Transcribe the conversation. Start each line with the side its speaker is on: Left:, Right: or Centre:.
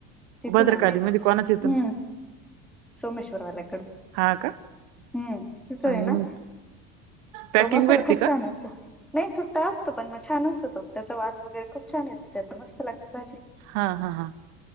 Centre: तिथून
Right: भद्रकाली
Centre: आणायचं.
Right: मध्ये कोणाच्या इथून
Centre: हम्म. सोमेश्वरवाल्याकडं.
Right: हा का
Centre: हम्म, तिथं
Right: मग
Centre: आहे ना
Right: पॅकिंग
Centre: तो मसाला
Right: भेटती
Centre: खूप
Right: का
Centre: छान असतो. नाही सुट्टा असतो, पण मग छान असतो तो. त्याचा वास वगैरे खूप छान येतो त्याचा, मस्त लागते भाजी.
Right: हा हा हा.